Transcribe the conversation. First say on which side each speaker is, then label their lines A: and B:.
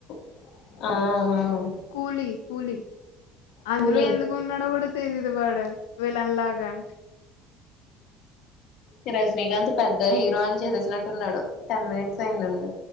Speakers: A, on the left (about 65°); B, on the left (about 80°).
A: ఆహ
B: కూలి కూలి అందులో
A: కూలీ
B: ఎందుకు ఉన్నాడో గూడ సరిఎల్స్ వాడే విలన్ లాగా
A: ఈ రజనీకాంత్ పెద్ద హీరోయిన్ చేసేసినట్టు ఉన్నాడు టెన్ మినిట్స్ అయిదండి